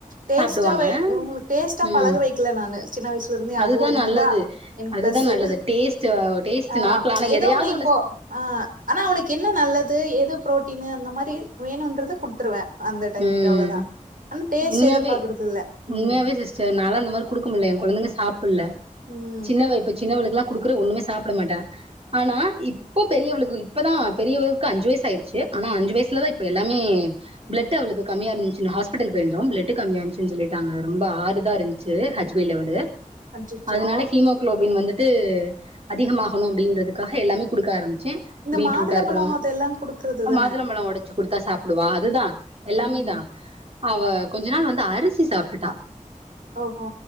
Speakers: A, on the right; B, on the right.
A: டேஸ்ட்டாவே
B: சாப்டுவாங்க
A: இவங்களுக் டேஸ்ட்டா
B: ம்
A: பழக வெக்கல நானு சின்ன வயசுல இருந்து
B: அதுதா
A: அது ஒண்ணுதா
B: நல்லது
A: எனக்கு
B: அதுதா
A: பிளஸூ
B: நல்லது டேஸ்ட் டேஸ்ட்
A: ஆ
B: நாக்குல ஆனா
A: ஏதோ
B: எதையாவது
A: ஒண்ணு இப்போ ஆ ஆனா உனக்கு என்ன நல்லது எது பு்ரோட்டீனு அந்த மாரி வேணுன்றத குடுத்துருவே அந்த டைமுக்கு
B: ம்
A: அவ்ளதா ஆனா டேஸ்ட்
B: உண்மையாவே
A: எதிர்பாக்கறது இல்ல ம்
B: உண்மையாவே சிஸ்டர் நாலா அந்த மாரி குடுக்க முடியல எ கொழந்தைங்க சாப்பிடல
A: ம்
B: சின்னவ இப்ப சின்னவளுக்கெல்லா குடுக்குற ஒண்ணமே சாப்பிட மாட்டா ஆனா இப் போ பெரியவளுக்கு இப்பதா பெரியவளுக்கு அஞ்சு வயசு ஆயிச்சு ஆனா அஞ்சு வயசுலதா இப்ப எல்லாமே பிளட்டு் அவளுக்கு கம்மியா இருந்துச்சுன்னு ஹாஸ்பெடல் போயிருந்தோ பிளட் கம்மியா இருந்துச்சுன்னு சொல்லிட்டாங்க ரொம்ப ஆறு தா இருஞ்ச்சு ஹெச் பில் லெவலு
A: அச்சச்சோ
B: அதனால ஹீமோகுளோபின் வந்துட்டு அதிகமாகணு அப்டின்றதுக்காக எல்லாமே குடுக்க ஆரம் ச்ச
A: இந்த
B: பீட்ரூடா
A: மாதுள
B: இருக்கணு
A: பழோ அதெல்லா குடுக்கறது தான
B: மாதுளம்பழோ ஒடைச்சு குடுத்தா சாப்பிடுவா அதுதா எல்லாமே
A: ம்
B: தா அவ கொஞ்ச நாள் வந்து அரிசி சாப்பிட்டுட்டா
A: ஓஹோ